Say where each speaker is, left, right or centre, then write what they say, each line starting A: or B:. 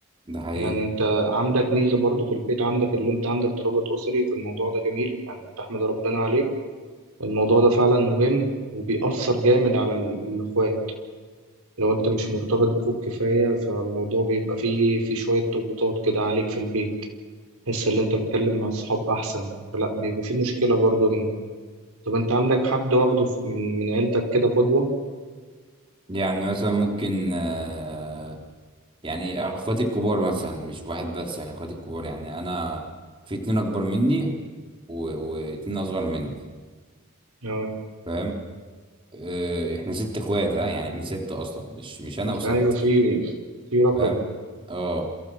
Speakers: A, on the right (about 25°); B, on the right (about 90°).
A: ده حقيقة
B: يعني أنت عندك ميزة برضه في البيت عندك اللي أنت عندك ترابط أسري في الموضوع ده جميل يعني تحمد ربنا عليه الموضوع ده فعلا مهم وبيأثر جامد على ال- الأخوات لو انت مش مرتبط بأخوك كفاية فالموضوع بيبقى فيه فيه شوية ضغوطات كده عليك في البيت تحس ان انت بتتكلم مع اصحاب احسن فلا بيبقى فيه مشكلة برضه هنا طب انت عندك حد واخده في- من من عيلتك كده قدوة
A: يعني مثلا ممكن آه، يعني اخواتي الكبار مثلا مش واحد بس يعني اخواتي الكبار يعني انا في اتنين اكبر مني و... واتنين اصغر مني
B: اه
A: فاهم آه، احنا ست اخوات ها يعني احنا ست اصلا مش مش انا وست
B: ايوه في في رقم
A: فاهم اه